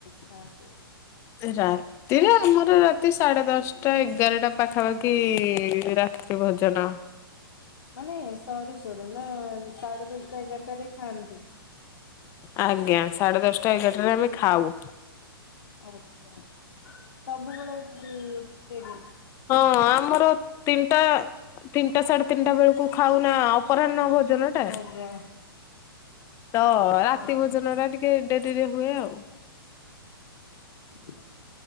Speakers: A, on the left (about 80°); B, on the left (about 20°).
A: ଖାଆନ୍ତି?
B: ରା ତିରେ ଆମର ରାତି ସାଢେ ଦଶଟା ଏଗାରଟା ପାଖାପାଖି ରାତି ଭୋଜନ <unintelligible>
A: ମାନେ ସରୁ ସରୁ ନା ସାଢେ ଦଶଟା ଏଗାରଟାରେ ଖାଆନ୍ତି।
B: ଆଜ୍ଞା ସାଢେ ଦଶଟା ଏଗାରଟରେ ଆମେ ଖାଉ।
A: ଆଛା ସବୁବେଳେ ଏମିତି ଦେରି
B: ହଁ ଆମର ତିନିଟା ତିନିଟା ସାଢେ ତିନିଟା ବେଳକୁ ଖାଉନା ଅପରାହ୍ନ ଭୋଜନ ଟା
A: ଆଜ୍ଞା।
B: ତ ରାତି
A: ହଉ
B: ଭୋଜନ ଟା ଟିକେ ଡେରିରେ ହୁଏ ଆଉ,
A: ହଉ